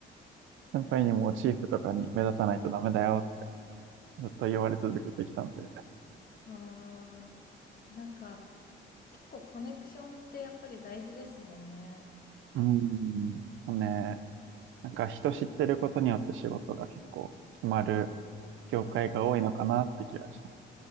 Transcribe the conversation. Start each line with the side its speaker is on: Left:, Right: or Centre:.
Right: 先輩にもチーフとかに目立たないとダメだよ、ずっと言われ続けてきたんで。う
Left: わー、なんか、結構コネクションってやっぱり大事ですもんね。
Right: ん、もうね、なんか人知ってることによって仕事が結構決まる業界が多いのかなって気がします。
Left: ああ